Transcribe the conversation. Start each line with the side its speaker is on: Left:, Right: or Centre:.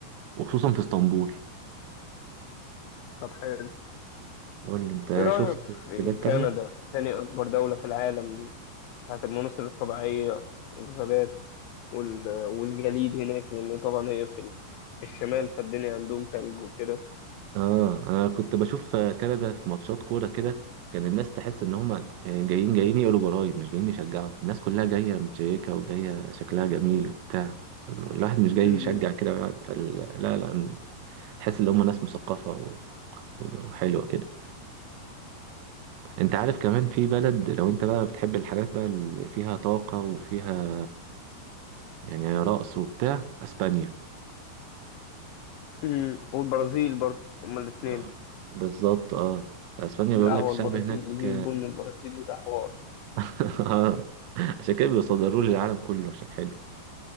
Right: وخصوصا في اسطنبول
Left: طب حلو
Right: قول لي انت
Left: ايه رأيك
Right: شفت
Left: في
Right: بلاد
Left: كندا
Right: تانية؟
Left: تاني أكبر دولة في العالم دي بتاعت المناظر الطبيعية والغابات وال... والجليد هناك لأن طبعا هي في, ال... في الشمال فالدنيا عندهم تلج وكده
Right: اه انا كنت بشوف كندا في ماتشات كوره كده كان الناس تحس ان هم جايين جايين يقولوا جرايد مش جايين يشجعوا الناس كلها جايه متشيكه وجايه شكلها جميل وبتاع الواحد مش جاي
Left: امم
Right: يشجع كده فال... لا لا حس ان هم ناس مثقفه و... وحلوه كده انت عارف كمان في بلد لو انت بقى بتحب الحاجات بقى اللي فيها طاقه وفيها يعني رقص وبتاع اسبانيا
Left: امم والبرازيل برضو هما الاتنين
Right: آه بالظبط اه اسبانيا بيقول
Left: القهوة
Right: لك الشعب
Left: البرازيلي
Right: هناك
Left: دي والبن البرازيلي ده حوار
Right: <laughs> آه. عشان كده بيصدروه للعالم كله عشان حلو